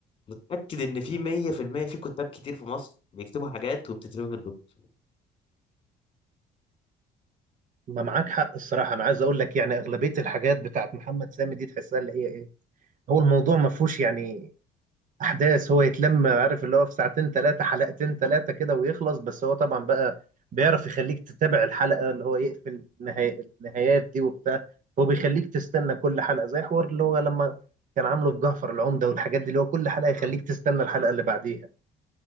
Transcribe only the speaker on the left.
متاكد ان في 100% في المية في كتاب كتير في مصر بيكتبوا حاجات وبتترمي في الدكتور
مم.